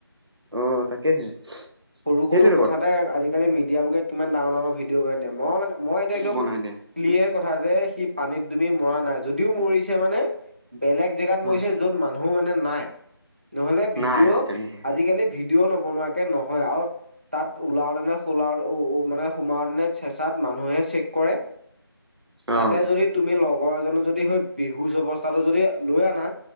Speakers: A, on the right; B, on the right.
A: অ', তাকেহে
B: সৰু
A: সেইটো
B: সৰু কথাতে আজিকালি মিডিয়াব বকে কিমান ডাঙৰ ডাঙৰ ভিডিঅ' বনাই দিয়ে মই মান মই এইটো একদম
A: বনাই দিয়ে
B: ক্লিয়াৰ কথা যে সি পানীত তুমি মৰা নাই যদিও মৰিছে মানে বেলেগ জেগাত মৰিছে
A: অ
B: যত মানু্হ মানে নাই। নহলে ভিডিঅ
A: নাই অ তেনেকুৱা
B: আজিকালিৰ ভিডিঅ' নবনোৱাকে নহয় আৰু তাত ওলাও নে মানে সোমাওতে তেনে চেঁচাত মানুহে চেক কৰে। তাতে
A: অ
B: যদি তুমি লগৰ এজনে যদি স বিহুজ অৱস্থাটো যদি লৈ আনা